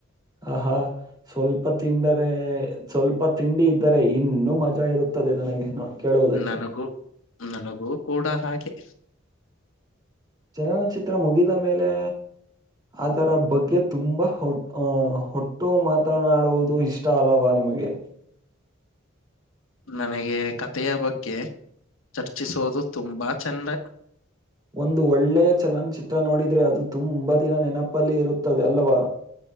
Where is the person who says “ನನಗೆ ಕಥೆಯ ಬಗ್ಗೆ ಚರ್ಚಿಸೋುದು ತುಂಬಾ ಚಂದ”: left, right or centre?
Left